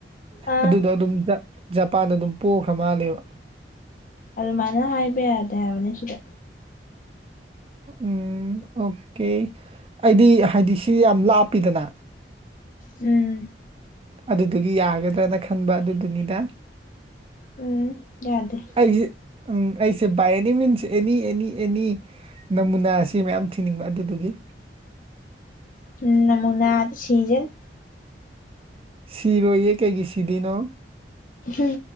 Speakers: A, on the left; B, on the right.
A: ꯑꯥ
B: ꯑꯗꯨꯗꯣ ꯑꯗꯨꯝ ꯖꯄꯥꯟꯅ ꯑꯗꯨꯝ ꯄꯣꯈ꯭ꯔ ꯃꯥꯜꯂꯦꯕ
A: ꯑꯗꯨꯃꯥꯏꯅ ꯍꯥꯏꯕ ꯌꯥꯗꯦ ꯍꯥꯏꯕꯅꯤ ꯁꯤꯗ
B: ꯎꯝ ꯑꯣꯀꯦ ꯑꯩꯗꯤ ꯍꯥꯏꯗꯤ ꯁꯤ ꯌꯥꯝ ꯂꯥꯞꯄꯤꯗꯅ
A: ꯎꯝ
B: ꯑꯗꯨꯗꯨꯒꯤ ꯌꯥꯒꯗ꯭ꯔꯅ ꯈꯟꯕ ꯑꯗꯨꯗꯨꯅꯤꯗ
A: ꯎꯝ ꯌꯥꯗꯦ
B: ꯑꯩꯁꯦ ꯎꯝ ꯑꯩꯁꯦ ꯕꯥꯏ ꯑꯦꯅꯤ ꯃꯤꯟꯁ ꯑꯦꯅꯤ ꯑꯦꯅꯤ ꯑꯦꯅꯤ ꯅꯃꯨꯅꯥ ꯁꯤ ꯃꯌꯥꯝ ꯊꯤꯅꯤꯡꯕ ꯑꯗꯨꯗꯨꯒꯤ
A: ꯎꯝ ꯅꯃꯨꯅꯥ ꯗ ꯁꯤꯖꯅꯤ
B: ꯁꯤꯔꯣꯏꯌꯦ ꯀꯩꯒꯤ ꯁꯤꯗꯣꯏꯅꯣ
A: ꯎꯝ